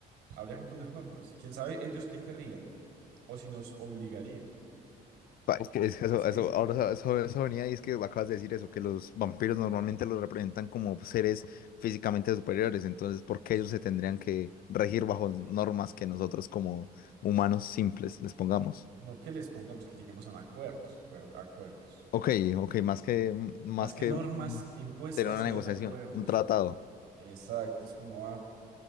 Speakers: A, on the right; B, on the left.
A: habría que poner normas. ¿Quién sabe ellos qué querrían o si nos obligaría?
B: Pa, Es que, Ujú. es que eso,
A: Es que
B: eso,
A: es.
B: ahora eso, eso venía y es que acabas de decir eso, que los vampiros normalmente los representan como seres físicamente superiores, entonces, ¿por qué
A: Sí.
B: ellos se tendrían que regir bajo normas que nosotros como humanos simples les pongamos?
A: No que les pongamos que lleguemos a un acuerdos, acuer- acuerdos.
B: Ok, ok, más que, más
A: Más que
B: que
A: normas
B: un-
A: impuestas
B: sería una
A: serían
B: negociación,
A: acuerdos.
B: un tratado.
A: Este- Exacto, es como, ah,